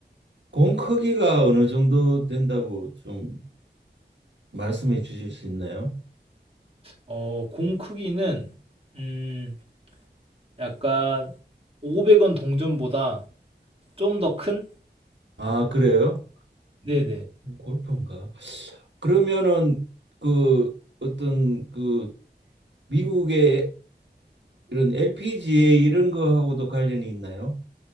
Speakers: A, on the right (about 85°); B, on the right (about 30°).
A: 공 크기가 어느 정도 된다고 좀 말씀해 주실 수 있나요?
B: 어, 공 크기는 음, 약간 500원 동전보다 좀 더 큰?
A: 아, 그래요?
B: 네네.
A: 골프인가? 그러면은 그 어떤 그 미국의 이런 LPGA 이런 거하고도 관련이 있나요?